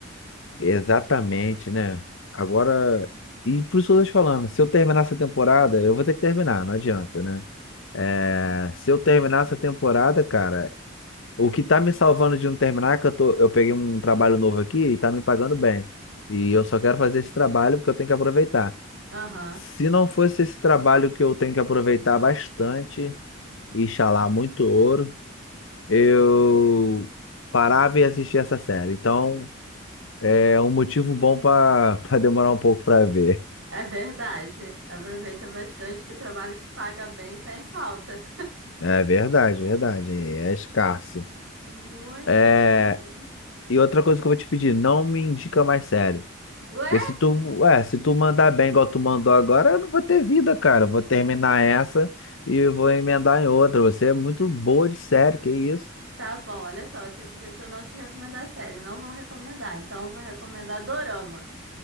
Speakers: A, on the left; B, on the right.
A: Exatamente, né? Agora, e por isso que eu tô te falando, se eu terminar essa temporada, eu vou ter que terminar, não adianta, né? É, se eu terminar essa temporada, cara, o que tá me salvando de não terminar é que eu tô, eu peguei um trabalho novo aqui e tá me pagando bem. E eu só quero fazer esse trabalho porque eu tenho que aproveitar.
B: Aham.
A: Se não fosse esse trabalho que eu tenho que aproveitar bastante, e ralar muito ouro. eu parava e assistia essa série. Então, é um motivo bom para <laughs> para demorar um pouco para ver.
B: É verdade. Aproveita bastante que o trabalho que paga bem tá em falta.
A: É verdade, verdade. É escasso.
B: Muito
A: É,
B: ultimamente.
A: e outra coisa que eu vou te pedir, não me indica mais série.
B: Ué?
A: Porque se tu, ué, se tu mandar bem igual tu mandou agora, eu não vou ter vida, cara. Eu vou terminar essa e eu vou emendar em outra. Você é muito boa de série, que isso?
B: Tá bom, olha só, você pediu pra eu não te recomendar série, eu não vou recomendar, então eu vou recomendar dorama.